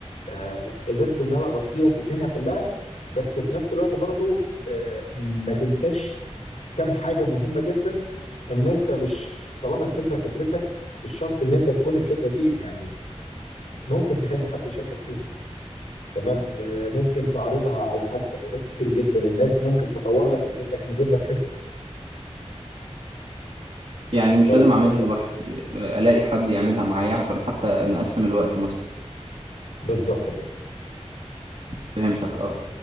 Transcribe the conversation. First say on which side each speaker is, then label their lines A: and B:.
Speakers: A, on the left; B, on the right.
A: آه قدرت ان انا اغطي لك الدنيا كلها بس في نفس الوقت برضو آه ما تنساش كم حاجه مهمه جدا ان انت مش طالما الفكره فكرتك مش شرط ان انت تكون الفكره دي يعني ممكن تخلي حد يشاركك فيها تمام آه، ممكن تعرضها على حد اوقات كتير جدا الناس ممكن تطور لك فكرتك من غير ما تحس
B: يعني
A: وصل
B: مش لازم
A: لك الفكره
B: اعملها لوحدي آه، الاقي حد يعملها معايا عشان حتى نقسم الوقت مثلا
A: بالظبط كده
B: فهمتك اه